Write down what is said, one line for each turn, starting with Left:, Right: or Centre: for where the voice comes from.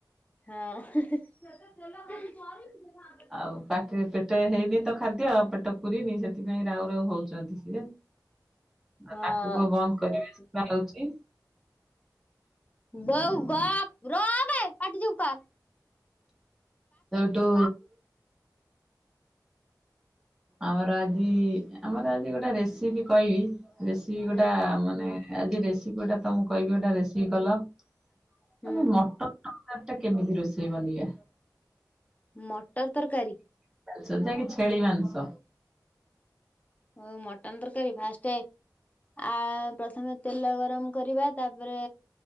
Left: ହଁ।
Centre: ଆଉ ପାଟିରେ ପେଟ ହେଇନି ତ ଖାଦ୍ୟ ପେଟ ପୁରିନି ସେଥିପାଇଁ ରାଉ ରାଉ ହଉଛନ୍ତି ସିଏ। ଆଉ
Left: ହଁ।
Centre: ତାକୁ କୁହ ବନ୍ଦ କରିବେ ଶୁଭା ଯାଉଛି
Left: ବଉ
Centre: ଆଉ
Left: ଗଫ୍ ରହ ବେ ପାଟି ଚୁପ୍ କର୍।
Centre: ସେଉଟୁ। ଆମର ଆଜି ଆମର ଆଜି ଗୋଟେ ରେସିପି କହିବି। ରେସିପି
Left: ହୁଁ
Centre: ଗୋଟା ମାନେ ଆଜି ରେସିପି ଗୋଟା ତମଁ କହିବି ଗୋଟେ ରେସିପି କଲ। ତମେ
Left: ହୁଁ
Centre: ମଟର ତରକାରୀ ଟା କେମିତି ରୋଷେଇ ବନେଇବା?
Left: ମଟର ତରକାରୀ।
Centre: <inaudible> ଛେଳି ମାଂସ
Left: ହଉ ମଟନ ତରକାରୀ ଫାଷ୍ଟ ଆ ପ୍ରଥମେ ତେଲ ଗରମ କରିବା ତାପରେ